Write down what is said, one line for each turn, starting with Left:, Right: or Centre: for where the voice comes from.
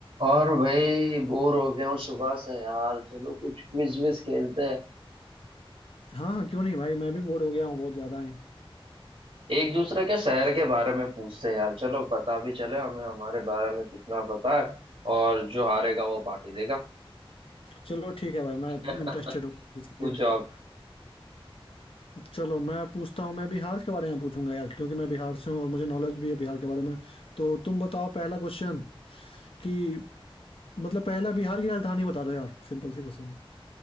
Right: और भाई बोर हो गया हूँ सुबह से यार चलो कुछ क्विज विज खेलते हैं
Left: हाँ हाँ, क्यों नहीं भाई मैं भी बोर हो गया हूँ बहुत ज्यादा ही
Right: एक दूसरे के शहर के बारे में पूछते हैं यार चलो पता भी चले हमें हमारे बारे में कितना पता है और जो हारेगा वो पार्टी देगा
Left: चलो ठीक है भाई मैं
Right: <laughs>
Left: इंटरेस्टेड हूँ इसके
Right: पूछो
Left: लिए
Right: आप
Left: चलो मैं पूछता हूँ मैं बिहार के बारे में पूछूंगा यार क्योंकि मैं बिहार से हूँ और मुझे नॉलेज भी है बिहार के बारे में तो तुम बताओ पहला क्वेश्चन कि मतलब पहला बिहार की राजधानी बता दो यार सिंपल सी क्वेश्चन है